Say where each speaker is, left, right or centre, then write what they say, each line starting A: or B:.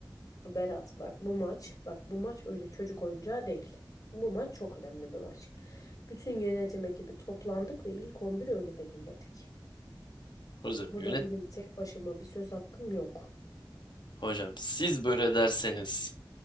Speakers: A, on the left; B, on the left.
A: Berat bak bu maç bak bu maç öyle çocuk oyuncağı değil. Bu maç çok önemli bir maç. Bütün yönetim ekibi toplandık ve ilk 11'i öyle belirledik.
B: Hocam
A: Burada
B: yönet
A: benim tek başıma bir söz hakkım yok.
B: hocam siz böyle derseniz